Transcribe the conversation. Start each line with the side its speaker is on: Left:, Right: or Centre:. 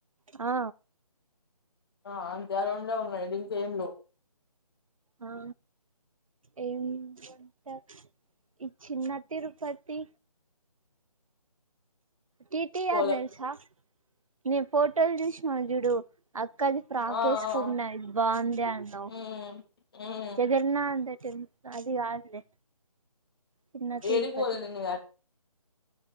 Right: ఆ
Left: ఆ అంతే ఆ రొండే ఉన్నాయ్ దీంట్లో ఏం లేవ్
Right: ఆ ఏం వంట ఈ చిన్న తిరుపతి టీటిఆర్
Left: పోలే
Right: తెల్సా నే పోర్టల్ చూస్ వాడు జుడు అక్క అది ఫ్రాక్
Left: ఆ
Right: ఏసుకున్నది
Left: ఆ,
Right: బాంది అంటావ్
Left: ఉమ్ ఉమ్
Right: జగన్నాధ టెంపుల్ అది కాదులే చిన్న తిరుపతి
Left: ఏడికి పోలే నిన్నిగా